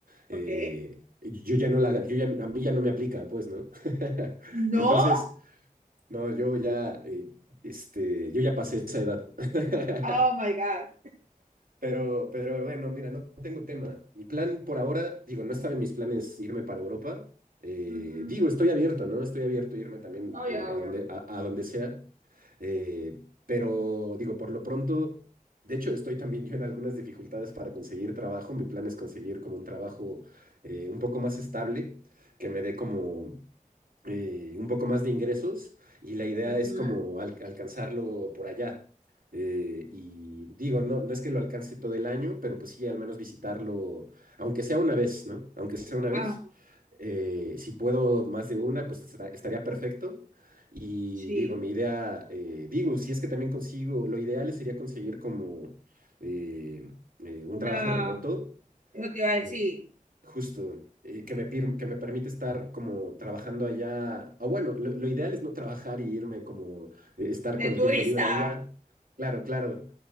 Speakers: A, on the right (about 80°); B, on the right (about 65°).
A: Eh,
B: Ok.
A: yo ya no la, yo ya, a mí ya no me aplica, pues, ¿no? <laughs>
B: No.
A: Entonces, no, yo ya, eh, este, yo ya pasé esa edad. <laughs>
B: Oh my God.
A: Pero, pero bueno, mira, no tengo tema. Mi plan por ahora, digo, no estaba en mis planes irme para Europa. Eh,
B: Ujú.
A: digo, estoy abierto, ¿no? Estoy abierto a irme también
B: Obvio,
A: eh,
B: obvio.
A: a donde, a, a donde sea. Eh, pero digo, por lo pronto, de hecho, estoy también yo en algunas dificultades para conseguir trabajo. Mi plan es conseguir como un trabajo eh, un poco más estable, que me dé como eh, un poco más de ingresos y la idea
B: Ujú.
A: es como al- alcanzarlo por allá. Eh, y digo, no, no es que lo alcance todo el año, pero pues sí, al menos visitarlo, aunque sea una vez, ¿no? Aunque sea una vez.
B: Ah,
A: Eh, si puedo más de una, pues esta- estaría perfecto. Y
B: sí.
A: digo, mi idea, eh, digo, si es que también consigo, lo ideal sería conseguir como eh, eh, un
B: Una.
A: trabajo remoto
B: Eso te iba a decir.
A: eh, justo, eh, que me, pir- que me permite estar como trabajando allá, o bueno, lo, lo ideal es no trabajar y irme como eh, estar con
B: De
A: el
B: turista.
A: tiempo libre allá, claro, claro,